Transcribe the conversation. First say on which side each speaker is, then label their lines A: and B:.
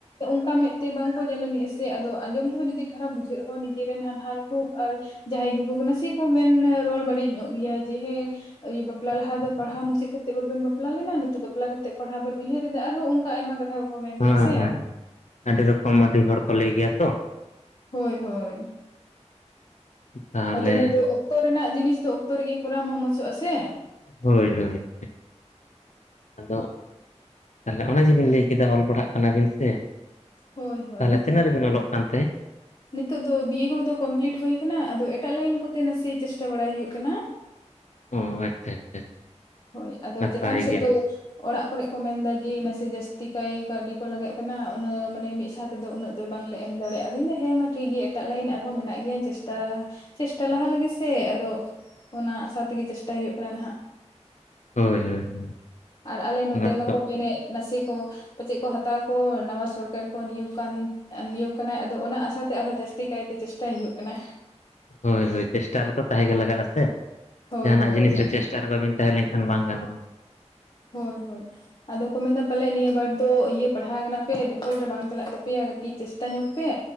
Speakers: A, on the left; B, on the left.
A: ᱚᱱᱠᱟ ᱢᱮᱫ ᱛᱮ ᱵᱟᱝ ᱠᱚ ᱧᱮᱞ ᱟᱹᱱᱤᱡ ᱟ ᱥᱮ ᱟᱫᱚ ᱟᱸᱡᱚᱢ ᱛᱮᱦᱚᱸ ᱡᱩᱫᱤ ᱠᱷᱟᱨᱟᱯ ᱵᱩᱡᱷᱟᱹᱜ ᱨᱮᱦᱚᱸ ᱱᱤᱡᱮᱨᱱ ᱦᱟᱱᱦᱟᱨ ᱦᱩᱠ ᱟᱨ, ᱡᱟᱦᱟᱸᱭ ᱜᱮ ᱱᱟᱥᱮᱠᱚ ᱢᱮᱱ ᱨᱚᱲ ᱵᱟᱹᱲᱤᱡ ᱧᱚᱜ ᱜᱮᱭᱟ ᱡᱮ ᱦᱮᱸ, ᱟᱭᱩ ᱵᱟᱯᱞᱟ ᱞᱟᱦᱟ ᱫᱚ ᱯᱟᱲᱦᱟᱣ ᱢᱩᱪᱟᱹᱫ ᱠᱟᱛᱮᱜ ᱵᱟᱵᱮᱱ ᱵᱟᱯᱞᱟ ᱞᱮᱱᱟ, ᱱᱤᱛᱚᱜ ᱵᱟ ᱵᱟᱯᱞᱟ ᱠᱟᱛᱮᱫ ᱯᱟᱲᱦᱟᱣ ᱵᱮᱱ ᱩᱭᱦᱟᱹᱨᱮᱫᱟ ᱟᱨᱦᱚᱸ ᱚᱱᱠᱟ ᱟᱭᱢᱟ ᱠᱟᱛᱷᱟ, ᱠᱚᱠᱚ ᱢᱮᱱ ᱜᱮᱭᱟ
B: ᱦᱮᱸ
A: ᱥᱮ
B: ᱦᱮᱸ, ᱟᱹᱰᱤ ᱨᱚᱠᱚᱢ ᱟᱹᱰᱤ ᱦᱚᱲ ᱠᱚ ᱞᱟᱹᱭ ᱜᱮᱭᱟ ᱛᱚ,
A: ᱦᱳᱭ ᱦᱳᱭ
B: ᱛᱟᱦᱚᱞᱮ
A: ᱟᱫᱚ ᱚᱱᱟ ᱫᱚ, ᱚᱠᱛᱚ ᱨᱮᱱᱟᱜ ᱡᱤᱱᱤᱥ ᱫᱚ ᱚᱠᱛᱚ ᱨᱮᱜᱮ ᱠᱚᱨᱟᱣ ᱢᱟ ᱢᱚᱸᱡᱚᱜ ᱟᱥᱮ,
B: ᱦᱳᱭ ᱦᱳᱭ, ᱟᱫᱚ ᱛᱟᱸᱦᱚᱞᱮ ᱚᱱᱟ ᱡᱮᱵᱤᱱ ᱞᱟᱹᱭ ᱠᱮᱫᱟ ᱚᱞ ᱯᱟᱲᱦᱟᱜ ᱠᱟᱱᱟᱵᱤᱱ ᱥᱮ,
A: ᱦᱳᱭ ᱦᱳᱭ
B: ᱛᱟᱦᱞᱮ ᱛᱤᱱᱟᱹᱜ ᱨᱮᱵᱤᱱ ᱚᱞᱚᱜ ᱠᱟᱱᱛᱮ?
A: ᱱᱤᱛᱚᱜ ᱫᱚ ᱵᱤᱭᱮ ᱠᱚᱫᱚ ᱠᱚᱢᱯᱞᱤᱴ ᱦᱳᱭ ᱟᱠᱟᱱᱟ ᱟᱫᱚ ᱮᱴᱟᱜ ᱞᱟᱭᱤᱱ ᱠᱚᱛᱮ ᱱᱟᱥᱮ ᱪᱮᱥᱴᱟ ᱵᱟᱲᱟᱭ ᱦᱩᱭᱩᱜ ᱠᱟᱱᱟ᱾
B: ᱚ ᱟᱪᱪᱷᱟ ᱟᱪᱪᱷᱟ,
A: ᱦᱳᱭ ᱟᱫᱚ
B: ᱱᱟᱯᱟᱭ
A: ᱪᱮᱛᱟᱱ ᱥᱮᱫ
B: ᱜᱮ
A: ᱫᱚ, ᱚᱲᱟᱜ ᱠᱚᱨᱮ ᱠᱚ ᱢᱮᱱᱫᱟ ᱡᱮ ᱱᱟᱥᱮ ᱡᱟᱹᱥᱛᱤ ᱠᱟᱭ ᱠᱟᱹᱣᱰᱤ ᱠᱚ ᱞᱟᱜᱟᱜ ᱠᱟᱱᱟ ᱩᱱᱟᱹ ᱢᱟᱱᱮ ᱢᱤᱫ ᱥᱟᱛ, ᱛᱮᱫᱚ ᱩᱱᱟᱹᱜ ᱫᱚ ᱵᱟᱝᱞᱮ ᱮᱢ ᱫᱟᱲᱮᱭᱟᱜ-ᱟ᱾ ᱟᱫᱚᱧ ᱫᱚ ᱦᱮᱸ ᱢᱟ ᱴᱷᱤᱠ ᱜᱮᱭᱟ ᱮᱴᱟᱜ ᱞᱟᱭᱤᱱ ᱟᱨᱦᱚᱸ ᱢᱮᱱᱟᱜ ᱜᱮᱭᱟ ᱤᱧ ᱪᱮᱥᱴᱟ, ᱪᱮᱥᱴᱟ ᱞᱟᱦᱟ ᱞᱮᱜᱮ ᱥᱮ ᱟᱫᱚ ᱚᱱᱟ ᱟᱥᱟ ᱛᱮᱜᱮ ᱪᱮᱥᱴᱟᱭ ᱦᱩᱭᱩᱜ ᱠᱟᱱᱟ ᱱᱟᱦᱟᱜ,
B: ᱦᱳᱭ ᱦᱳᱭ ᱦᱳᱭ,
A: ᱟᱨ ᱟᱞᱮ ᱱᱚᱛᱮ
B: ᱚᱱᱟ
A: ᱢᱟᱠᱚ
B: ᱛᱚ
A: ᱢᱮᱱᱮᱫ ᱱᱟᱥᱮ ᱠᱚ, ᱯᱟᱪᱮᱫ ᱠᱚ ᱦᱟᱛᱟᱣ ᱠᱚ ᱱᱟᱣᱟ ᱥᱚᱨᱠᱟᱨ ᱠᱚ ᱱᱤᱭᱳᱜ ᱠᱟᱱ ᱱᱤᱭᱳᱜ ᱠᱟᱱᱟᱭ ᱟᱫᱚ ᱚᱱᱟ ᱟᱥᱟᱛᱮ ᱟᱨᱦᱚᱸ ᱡᱟᱹᱥᱛᱤ ᱠᱟᱭᱛᱮ, ᱪᱮᱥᱴᱟ ᱦᱩᱭᱩᱜ ᱠᱟᱱᱟ᱾
B: ᱦᱳᱭ ᱦᱳᱭ ᱪᱮᱥᱴᱟ ᱨᱮᱫᱚ ᱛᱟᱦᱮᱸ ᱜᱮ ᱞᱟᱜᱟᱜ-ᱟ ᱥᱮ
A: ᱦᱳᱭ
B: ᱡᱟᱸᱦᱟᱱᱟᱜ
A: ᱦᱳᱭ
B: ᱡᱤᱱᱤᱥ ᱨᱮ ᱪᱮᱥ, ᱴᱟ ᱨᱮ ᱵᱟᱵᱤᱱ ᱛᱟᱸᱦᱮ ᱞᱮᱱᱠᱷᱟᱱ ᱵᱟᱝ ᱜᱟᱱᱚᱜ-ᱟ᱾
A: ᱦᱳᱭ ᱦᱳᱭ ᱟᱫᱚ ᱠᱚ ᱢᱮᱱᱟ ᱯᱟᱞᱮᱫ ᱱᱤᱭᱟᱹ ᱵᱟᱨ, ᱛᱚ ᱤᱭᱟᱹ ᱯᱟᱲᱦᱟᱣ ᱠᱟᱱᱟ ᱯᱮ ᱵᱤᱯᱷᱚᱞ ᱫᱚ ᱵᱟᱝ ᱪᱟᱞᱟᱜ ᱛᱟᱯᱮᱭᱟ ᱠᱟᱹᱴᱤᱡ ᱪᱮᱥᱴᱟ ᱧᱚᱜ ᱯᱮ᱾